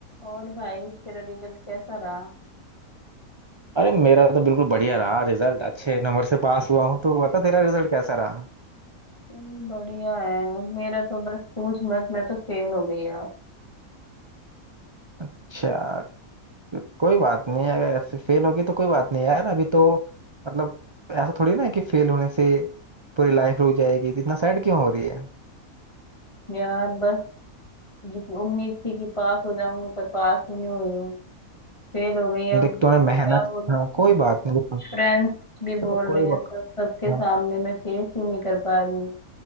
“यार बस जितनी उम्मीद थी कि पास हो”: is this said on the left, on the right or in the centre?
Left